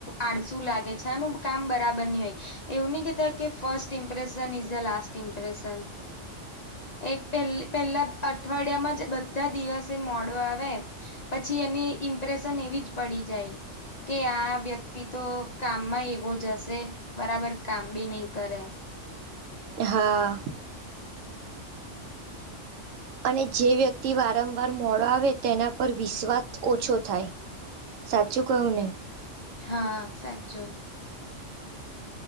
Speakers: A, on the left (about 50°); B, on the right (about 85°).
A: આડસુ લાગે છે આનું કામ બરાબર નઈ હોય એવું નહી કેતા કે first impression is the last impression. એ પે પેલા અઠવાડિયામાં જ બધા દિવસે મોડો આવે. પછી એની ઇમ્પ્રેશન એવી જ પડી જાય. કે આ વ્યક્તિ તો કામમાં એવો જ હશે. બરાબર કામ બી નહી કરે.
B: હા અને જે વ્યક્તિ વારંવાર મોડો આવે તેના પર વિશ્વાસ ઓછો થાય. સાચું કહું ને
A: હા સાચું.